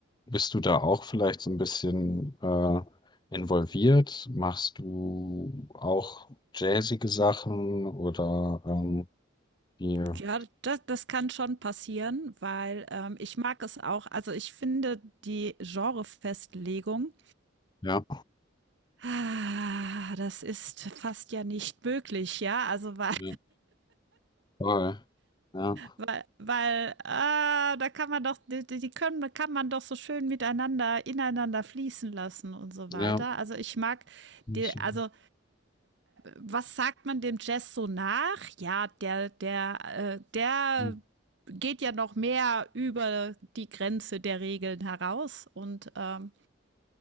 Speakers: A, on the left; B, on the right.
A: bist du da auch vielleicht so ein bisschen äh, involviert? Machst du auch jazzige Sachen oder ähm, hier?
B: Ja, das, das kann schon passieren, weil ähm, ich mag es auch. Also ich finde die Genrefestlegung
A: Ja,
B: Ah, das ist fast ja nicht möglich, ja? Also weil
A: ja, voll. Ja,
B: weil weil, ah, da kann man doch die die können da kann man doch so schön miteinander ineinander fließen lassen und so weiter.
A: ja.
B: Also, ich mag
A: Ich-
B: die also, was sagt man dem Jazz so nach? Ja, der der, äh, der
A: Mhm.
B: geht ja noch mehr über die Grenze der Regeln heraus und, ähm